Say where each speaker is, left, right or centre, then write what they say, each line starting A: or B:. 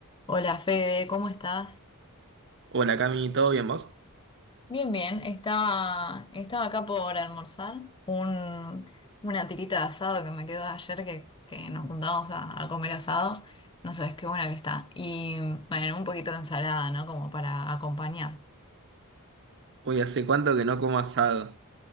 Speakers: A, on the left; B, on the right.
A: Hola Fede, ¿cómo estás?
B: Hola Cami, ¿todo bien vos?
A: Bien, bien. Estaba, estaba acá por almorzar. Un, una tirita de asado que me quedó de ayer que, que nos juntamos a, a comer asado. No sabes qué buena que está. Y bueno, un poquito de ensalada, ¿no? Como para acompañar.
B: Hoy hace cuánto que no como asado.